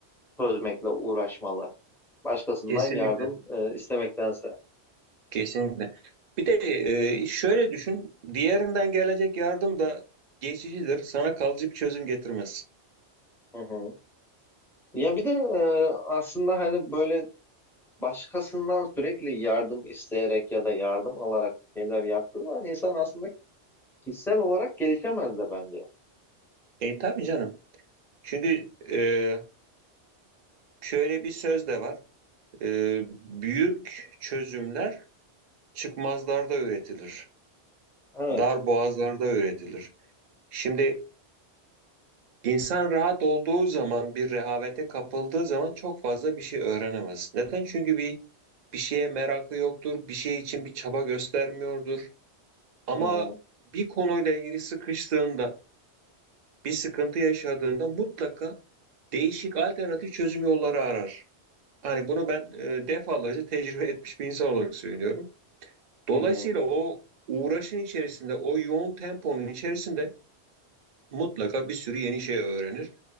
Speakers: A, in the centre; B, on the right.
A: çözmekle uğraşmalı. Başkasından
B: Kesinlikle.
A: yardım e, istemektense.
B: Kesinlikle. Bir de e, şöyle düşün, diğerinden gelecek yardım da geçicidir, sana kalıcı bir çözüm getirmez.
A: Hı hı. Ya bir de e, aslında hani böyle başkasından sürekli yardım isteyerek ya da yardım alarak bir şeyler yaptığı zaman insan aslında kişisel olarak gelişemez de bence.
B: E tabii canım. Çünkü e, şöyle bir söz de var. E, büyük çözümler çıkmazlarda üretilir,
A: Evet.
B: dar boğazlarda üretilir. Şimdi insan rahat olduğu zaman, bir rehavete kapıldığı zaman çok fazla bir şey öğrenemez. Neden? Çünkü bir bir şeye merakı yoktur, bir şey için bir çaba göstermiyordur. Ama
A: Hı hı.
B: bir konuyla ilgili sıkıştığında, bir sıkıntı yaşadığında mutlaka değişik alternatif çözüm yolları arar. Hani bunu ben e, defalarca tecrübe etmiş bir insan olarak söylüyorum. Dolayısıyla
A: Hı hı.
B: o uğraşın içerisinde, o yoğun temponun içerisinde mutlaka bir sürü yeni şey öğrenir.